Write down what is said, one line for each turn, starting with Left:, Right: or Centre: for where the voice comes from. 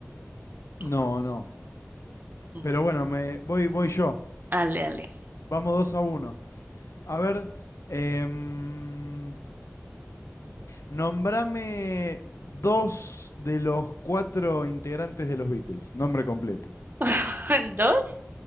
Right: Co-
Left: No, no.
Right: mm.
Left: Pero bueno, me voy, voy yo.
Right: Ale, ale.
Left: Vamos 2 a uno. A ver, em, Nombrame dos de los cuatro integrantes de los Beatles, nombre completo.
Right: <laughs> Dos,